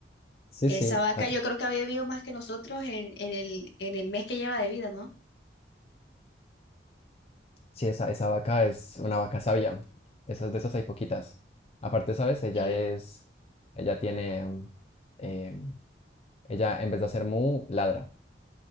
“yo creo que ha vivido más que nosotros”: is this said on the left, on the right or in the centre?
Left